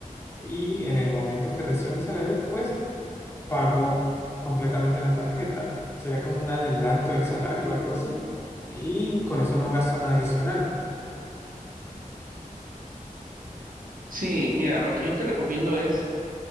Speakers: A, on the left; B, on the right.
A: y en el momento que recibo mi salario, pues pago completamente la tarjeta. Sería como un adelanto del salario o algo así. Y con eso no gasto nada adicional.
B: Sí, mira, lo que yo te recomiendo es